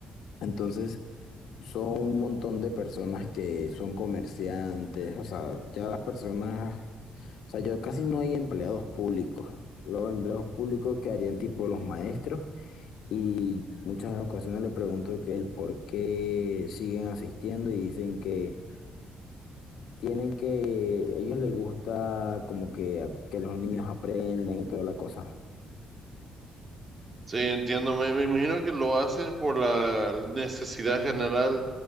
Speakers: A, on the left (about 75°); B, on the right (about 35°).
A: Entonces son un montón de personas que son comerciantes, o sea, ya las personas, o sea, yo casi no hay empleados públicos. Los empleados públicos que harían tipo los maestros y muchas ocasiones le pregunto que el por qué siguen asistiendo y dicen que tienen que, ellos les gusta como que, a- que los niños aprendan y toda la cosa.
B: Sí, entiendo. Me, me imagino que lo hacen por la necesidad general